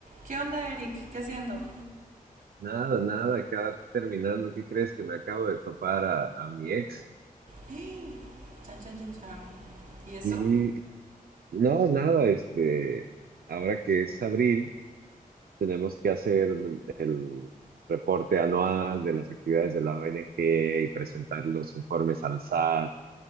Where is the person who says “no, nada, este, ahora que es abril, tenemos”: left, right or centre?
Right